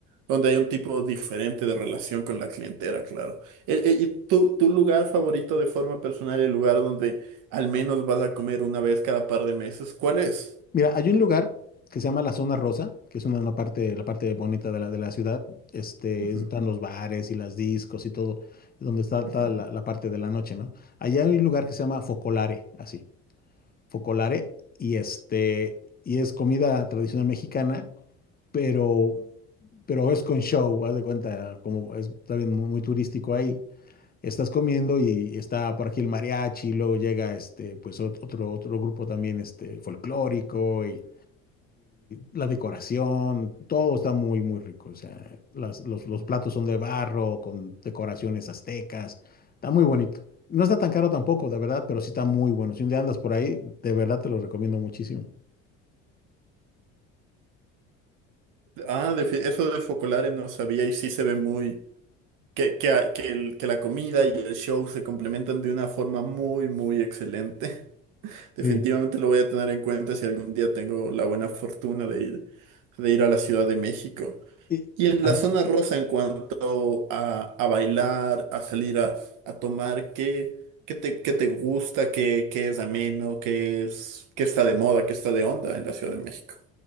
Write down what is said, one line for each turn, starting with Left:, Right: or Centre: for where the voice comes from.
Right: donde hay un tipo diferente de relación con la clientela, claro. Eh, eh, ¿y tu, tu lugar favorito de forma personal, el lugar donde al menos vas a comer una vez cada par de meses, cuál es?
Left: Mira, hay un lugar que se llama la Zona Rosa, que es una, una parte, la parte bonita de la, de la ciudad. Este,
Right: Ujú,
Left: es donde están los bares y las discos y todo, es donde está,
Right: ujú.
Left: toda la, la parte de la noche, ¿no? Allá hay un lugar que se llama Focolare, así, Focolare, y este, y es comida tradicional mexicana, pero, pero es con show, haz de cuenta, como es también muy, muy turístico ahí. Estás comiendo y está por aquí el mariachi, luego llega este, pues ot- otro, otro grupo también este, folclórico y la decoración, todo está muy, muy rico. O sea, las- los, los platos son de barro, con decoraciones aztecas. Está muy bonito. No está tan caro tampoco, de verdad, pero sí está muy bueno. Si un día andas por ahí, de verdad te lo recomiendo muchísimo.
Right: Ah, de fi- eso de Focolare no sabía y sí se ve muy... que, que, a- que el- que la comida y el show se complementan de una forma muy, muy excelente. <laughs> Definitivamente
Left: Sí.
Right: lo voy a tener en cuenta si algún día tengo la buena fortuna de ir, de ir a la Ciudad de México.
Left: Y,
Right: Y en
Left: Ajá.
Right: la zona rosa, en cuanto a, a bailar, a salir a, a tomar, ¿qué, qué te, qué te gusta? ¿Qué, qué es ameno? ¿Qué es, qué está de moda? ¿Qué está de onda en la Ciudad de México?